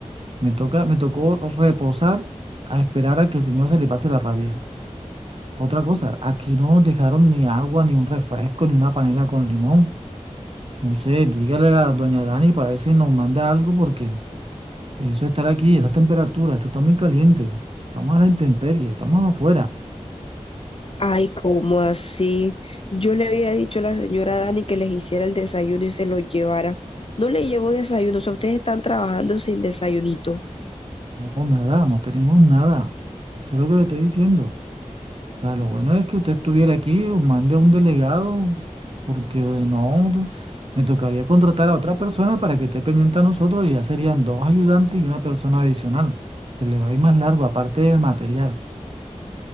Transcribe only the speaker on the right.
Me toca, me tocó reposar a esperar a que el señor se le pase la rabia. Otra cosa, aquí no nos dejaron ni agua, ni un refresco, ni una panela con limón. No sé, dígale a doña Dani para ver si nos manda algo porque... Eso estar aquí, esas temperaturas, esto está muy caliente. Estamos a la intemperie, estamos afuera.
No, nada, no tenemos nada. Eso es lo que le estoy diciendo. Pero lo bueno es que usted estuviera aquí o mande a un delegado, porque de no, me tocaría contratar a otra persona para que esté pendiente a nosotros y ya serían dos ayudantes y una persona adicional. Se le va a ir más largo, aparte del material.